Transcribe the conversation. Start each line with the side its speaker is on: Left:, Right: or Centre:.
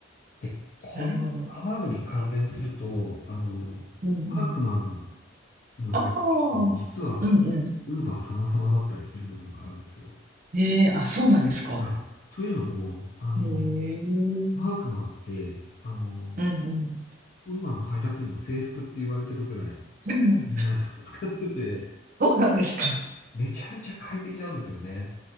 Left: で、この雨具に関連すると、
Right: なるほど。
Left: あの、
Right: うんうん。
Left: ワークマンの領域、
Right: ああ、うんう
Left: 実は、ウーバー様々だったりする部分があるんですよ。
Right: ん。ええ、あ、そうなんですか。
Left: はい。というのも、あの、
Right: へえ、うん
Left: ワークマンって、あの、
Right: うん。
Left: ウーバーの配達員の制服って言われてるぐらい、
Right: <laughs> うん
Left: みんな <laughs> 使ってて、
Right: そうなんですか。
Left: めちゃめちゃ快適なんですよね。